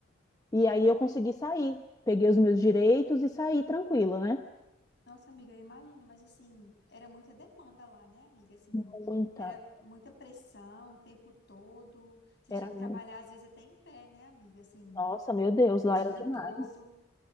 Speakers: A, on the left; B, on the left.
A: E aí eu consegui sair. Peguei os meus direitos e saí tranquila, né?
B: nossa, amiga, eu imagino, mas assim, era muita demanda lá, né, amiga? Assim,
A: Muita, muita.
B: era muita pressão o tempo todo. Você tinha
A: Era
B: que
A: muita.
B: trabalhar às vezes até em pé, né, amiga? Assim,
A: Nossa, meu Deus,
B: o
A: lá
B: dia
A: era demais.
B: todo,